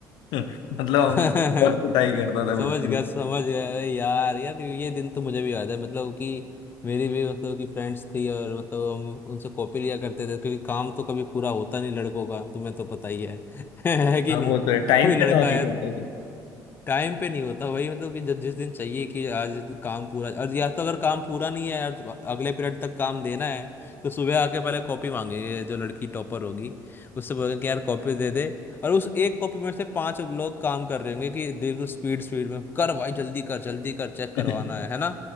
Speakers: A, on the left; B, on the left.
A: <laughs> मतलब हम
B: हाँ
A: बहुत कुटाई
B: <laughs>
A: करता था मुझे
B: समझ गया समझ गया अरे यार यार ये दिन तो मुझे भी याद है मतलब कि मेरी भी मतलब कि फ्रेंड्स थी और मतलब हम उनसे कॉपी लिया करते थे क्योंकि काम तो कभी पूरा होता नहीं लड़कों का तुम्हें तो पता ही है <laughs> है कि
A: हाँ
B: नहीं
A: वो तो है टाइम
B: कोई
A: पे
B: लड़का
A: तो नहीं
B: आया
A: करते
B: तो
A: थे
B: टाइम पे नहीं होता वही मतलब कि जब जिस दिन चाहिए कि आज काम पूरा और या तो अगर काम पूरा नहीं है यार अगले पीरियड तक काम देना है तो सुबह आके पहले कॉपी मांगेंगे जो लड़की टॉपर होगी उससे बोलेंगे कि यार कॉपी दे दे और उस एक कॉपी में से पांच लोग काम कर रहे होंगे कि देखो स्पीड स्पीड में कर भाई जल्दी कर जल्दी कर चेक करवाना
A: <laughs>
B: है है ना